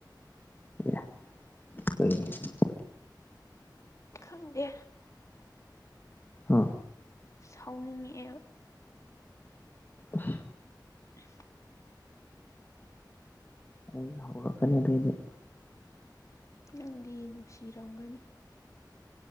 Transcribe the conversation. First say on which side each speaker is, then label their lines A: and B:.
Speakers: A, on the left; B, on the left.
A: <unintelligible>
B: ꯈꯪꯗꯦ
A: ꯑꯥ
B: ꯁꯥꯎꯅꯤꯡꯉꯑ
A: ꯎ
B: ꯎ
A: ꯑꯩꯁꯨ ꯍꯧꯔꯛꯀꯅꯤꯗꯩꯗꯤ
B: ꯅꯪꯗꯤ ꯅꯨꯡꯁꯤꯔꯝꯒꯅꯤ